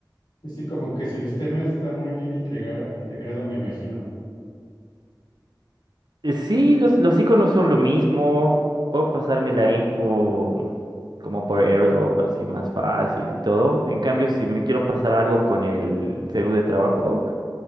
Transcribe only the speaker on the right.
Eh, Sí, los, los iconos son lo mismo. Puedo pasarme la info como por AirDrop, así más fácil y todo. En cambio, si me quiero pasar algo con el celu de trabajo,